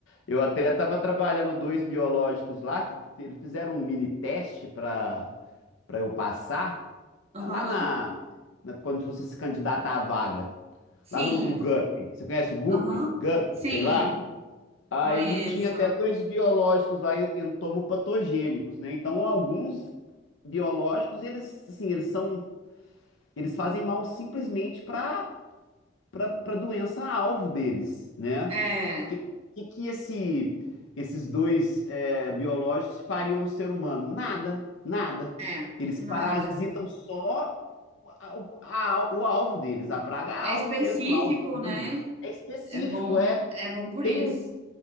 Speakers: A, on the left; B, on the right.
A: Eu até estava trabalhando dois biológicos lá, que eles fizeram um mini teste para para eu passar,
B: Aham,
A: é lá na, na- quando você se candidata à vaga,
B: Sim,
A: lá no, no GUP. Você conhece o GUP?
B: aham,
A: GUP,
B: Sim,
A: sei lá. Aí
B: conheço.
A: tinha até dois biológicos lá en- entomopatogênicos, né? Então, alguns biológicos, eles assim, eles são eles fazem mal simplesmente para para a doença-alvo deles, né? O
B: É,
A: que, que, que esse, esses dois é, biológicos fariam no ser humano? Nada, nada.
B: é,
A: Eles
B: nada.
A: parasitam só o, a- a- o alvo deles, a praga alvo
B: É específico,
A: mesmo lá, o fungo.
B: né?
A: É específico,
B: É bom,
A: é.
B: é bom por
A: Tem,
B: isso.